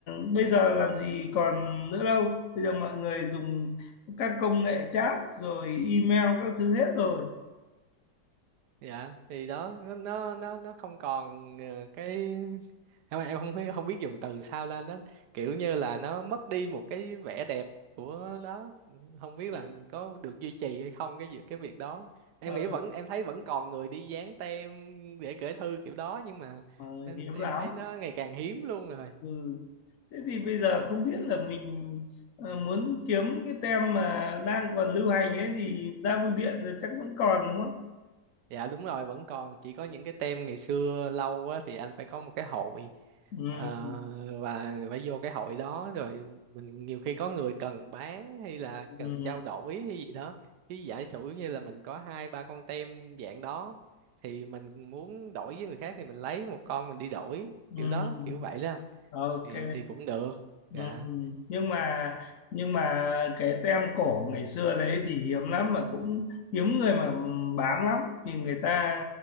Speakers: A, on the left; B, on the right.
A: bây giờ làm gì còn nữa đâu bây giờ mọi người dùng các công nghệ chat rồi email các thứ hết rồi
B: dạ thì đó nó nó nó nó không còn ờ, cái em em không biết không biết dùng từ sao lên nó kiểu như là nó mất đi một cái vẻ đẹp của đó không
A: Ừ,
B: biết là có được duy trì hay không cái việc cái việc đó em
A: ờ,
B: nghĩ vẫn em thấy vẫn còn người đi dán tem để gửi thư kiểu đó nhưng mà
A: ờ,
B: em,
A: hiếm
B: em
A: lắm
B: thấy nó ngày càng hiếm luôn rồi
A: ừ. Thế thì bây giờ không biết là mình ờ, muốn kiếm cái tem mà đang còn lưu hành ấy thì ra bưu điện rồi chắc vẫn còn đúng không?
B: Dạ đúng rồi vẫn còn chỉ có những cái tem ngày xưa lâu á, thì anh phải có một cái hội
A: Ừ.
B: ờ, và phải vô cái hội đó rồi mình nhiều khi có người cần bán hay là
A: Ừ.
B: cần trao đổi hay gì đó cái giả sử như là mình có hai ba con tem dạng đó thì mình muốn đổi với người khác thì mình lấy một con mình đi đổi
A: Ừ.
B: kiểu đó kiểu vậy đó
A: Ok.
B: thì thì cũng được dạ
A: Ừ. Nhưng mà nhưng mà cái tem cổ ngày xưa đấy thì hiếm lắm mà cũng hiếm người mà bán lắm thì người ta